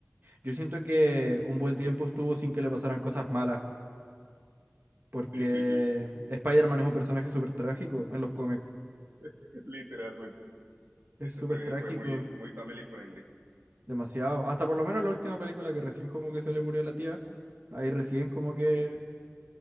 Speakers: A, on the right; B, on the right.
A: Yo siento que un buen tiempo estuvo sin que le pasaran cosas malas, porque
B: Sí, sí, sí,
A: Spider-Man es un personaje súper trágico en los cómics.
B: <laughs> literalmente.
A: Es
B: Este
A: súper
B: fue,
A: trágico,
B: fue muy, muy family friendly.
A: demasiado. Hasta por lo menos la última película que recién como que se le murió la tía, ahí recién como que,